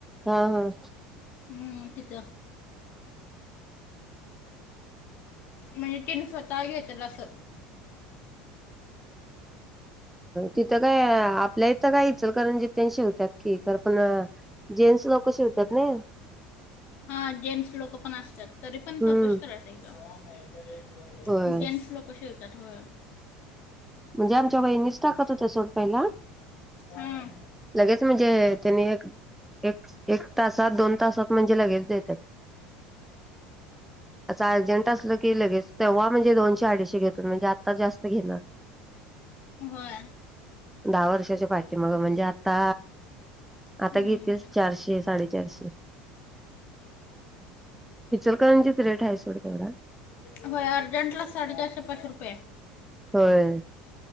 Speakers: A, in the centre; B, on the left.
A: हा हा
B: हम् इथ म्हणजे तिन स्वतः घेतला अस
A: तिथं काय आपल्या इथं काय इचलकरंजीत तेन शिवत्यात की खरं पण जेंट्स लोक शिवतात ना
B: हा जेंट्स लोक पण असत्यात तरी पण
A: हम्म
B: चौकशी करायचं एकदा बरी हाय
A: होय
B: की जेन्टस लोक शिवतात. होय
A: म्हणजे आमच्या वहिनीच टाकत होत्या सोड पहिला.
B: हां
A: लगेच म्हणजे त्यांनी एक, एक, एक तासात दोन तासात म्हणजे लगेच देत्यात अस अर्जंट असल की लगेच तेव्हा म्हणजे दोनशे अडीचशे घेत होते म्हणजे आता जास्त घेणार.
B: होय
A: दहा वर्षाच्या पाठीमाग म्हणल्या ता
B: हम्म.
A: आता घेतील चारशे साडेचारशे. इचलकरंजीत रेट आहे सोड तेवढा
B: व्हय अर्जंटलाच साडेचारशे पाच रुपये हाय.
A: होय.